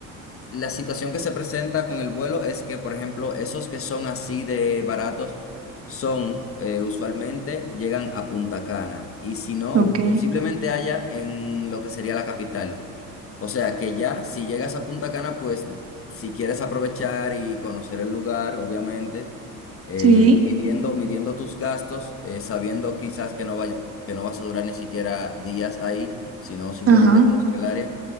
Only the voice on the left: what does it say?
La situación que se presenta con el vuelo es que, por ejemplo, esos que son así de baratos son eh, usualmente llegan a Punta Cana y si no,
posiblemente haya en lo que sería la capital. O sea que ya, si llegas a Punta Cana, pues si quieres aprovechar y conocer el lugar, obviamente, eh,
midiendo, midiendo tus gastos, eh, sabiendo quizás que no vayas, que no vas a durar ni siquiera días ahí, sino simplemente
conocer el área.